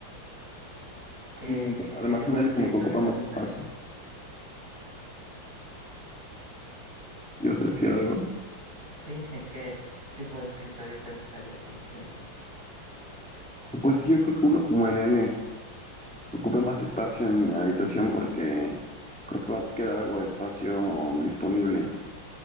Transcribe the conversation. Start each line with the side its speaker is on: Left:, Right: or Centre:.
Right: ¿Qué,
Centre: Mm,
Right: qué,
Centre: Además,
Right: qué tipo
Centre: en
Right: de
Centre: L
Right: escritorio
Centre: como que ocupa
Right: te
Centre: más
Right: gustaría
Centre: espacio.
Right: a ti?
Centre: Yo sé decir algo.
Right: Sí, <laughs> ¿qué tipo de escritorio te gustaría a ti tener?
Centre: Pues sí, yo creo que uno como en L, que ocupe más espacio en mi habitación porque creo que va a quedar algo de espacio disponible